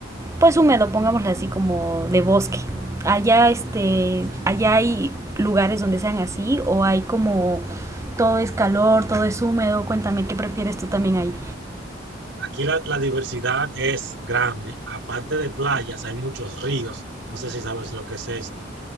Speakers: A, on the right; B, on the right.
A: pues húmedo, pongámoslo así como de bosque. Allá este allá hay lugares donde sean así o hay como todo es calor, todo es húmedo. Cuéntame qué prefieres tú también ahí.
B: Aquí la, la diversidad es grande. Aparte de playas, hay muchos ríos. No sé si sabes lo que es esto.